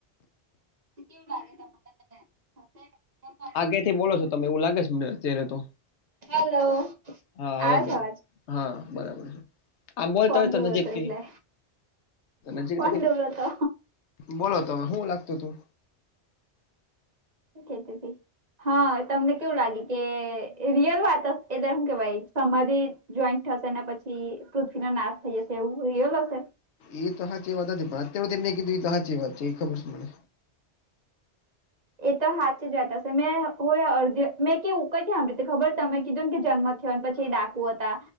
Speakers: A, on the right; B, on the left.
A: કેવું લાગે તમા
B: આગ્યાથી બોલો છો તમે એવું લાગે છે મને અત્યારે તો
A: હેલો
B: હા હવે
A: આજવાજ
B: બોલો હા બરાબર છે આમ બોલતા
A: કોન
B: હોય
A: દૂર
B: તો નજીકથી
A: હતો એટલે
B: નજીક
A: પણન
B: રાખીને
A: દૂર હતો
B: બોલો તમે શું લાગતું તું
A: તી હા તમને કેવું લાગે કે રિયલ વાત એટલે શું કેવાય સધ જોઈન્ટ થશે પછી પૃથ્વીનો નાશ થઈ જશે એવું રિલ હશે
B: એ તો હાચ એ વાત નથી પણ અત્યારે તેમને કીધું એ તો હાચ એ વાત છે એ ખબર છે મને
A: એ તો હાચ જતા હશે મેં હો અડધી મેં કવું કઈથી આંળી ખબર તમે કીધું ને કે જન્મથી પછી એ ડાકુ હતા